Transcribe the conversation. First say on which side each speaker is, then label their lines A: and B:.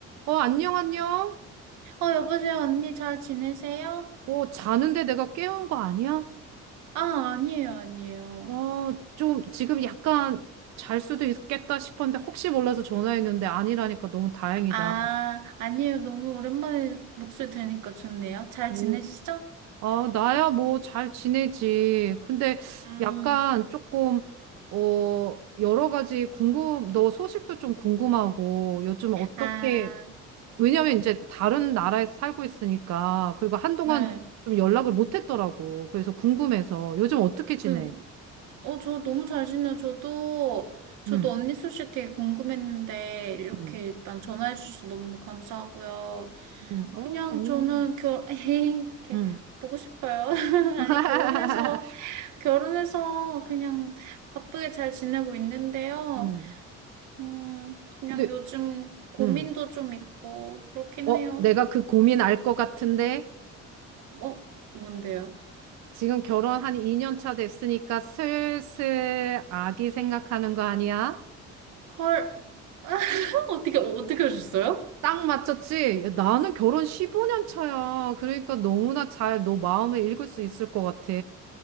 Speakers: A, on the right (about 65°); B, on the right (about 80°).
A: 어, 안녕, 안녕.
B: 어, 여보세요, 언니 잘 지내세요?
A: 어, 자는데 내가 깨운 거 아니야?
B: 아, 아니에요, 아니에요.
A: 어, 좀 지금 약간 잘 수도 있겠다 싶었는데 혹시 몰라서 전화했는데 아니라니까 너무 다행이다.
B: 아, 아니에요. 너무 오랜만에 목소리 들으니까 좋네요. 잘
A: 오.
B: 지내시죠?
A: 아, 나야 뭐 잘 지내지. 근데
B: 음,
A: 약간 조금, 어, 여러 가지 궁금, 너 소식도 좀 궁금하고 요즘 어떻게,
B: 아,
A: 왜냐면 이제 다른 나라에서 살고 있으니까 그리고 한동안
B: 네.
A: 좀 연락을 못 했더라고. 그래서 궁금해서 요즘 어떻게 지내?
B: 그, 어, 저 너무 잘 지내요. 저도, 저도
A: 응.
B: 언니 소식 되게 궁금했는데, 이렇게
A: 응.
B: 일단 전화해 주셔서 너무 감사하고요.
A: 음,
B: 그냥
A: 어, 아니요.
B: 저는 결, <laughs> 이렇게
A: 음.
B: 보고 싶어요. <laughs>
A: <laughs>
B: 아니, 결혼해서 결혼해서 그냥 바쁘게 잘 지내고 있는데요.
A: 음.
B: 음, 그냥
A: 근데,
B: 요즘 고민도
A: 음.
B: 좀 있고 그렇긴
A: 어,
B: 해요.
A: 내가 그 고민 알 것 같은데,
B: 뭐, 뭔데요?
A: 지금 결혼 한 2년 차 됐으니까 슬슬 아기 생각하는 거 아니야?
B: 헐, <laughs> 어떻게, 어떻게 하셨어요?
A: 딱 맞췄지? 야, 나는 결혼 15년 차야. 그러니까 너무나 잘 너 마음을 읽을 수 있을 것 같아.